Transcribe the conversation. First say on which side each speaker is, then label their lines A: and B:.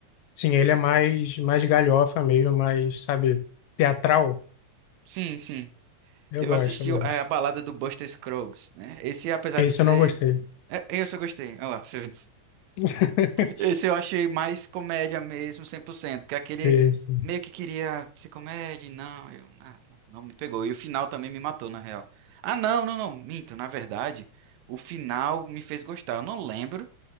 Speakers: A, on the left; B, on the right.
A: Sim, ele é mais, mais galhofa mesmo, mais, sabe, teatral.
B: Sim, sim.
A: Eu
B: Eu
A: gosto,
B: assisti
A: eu gosto.
B: é, a balada do Buster Scruggs, né? Esse, apesar
A: Esse
B: de ser
A: eu não gostei.
B: É, Esse eu gostei. Olha lá, pra você ver.
A: <laughs>
B: Esse eu achei mais comédia mesmo, 100%. Porque aquele
A: Esse.
B: meio que queria ser comédia, e não, eu, ah, não, não me pegou. E o final também me matou, na real. Ah, não, não, não, minto. Na verdade, o final me fez gostar. Eu não lembro,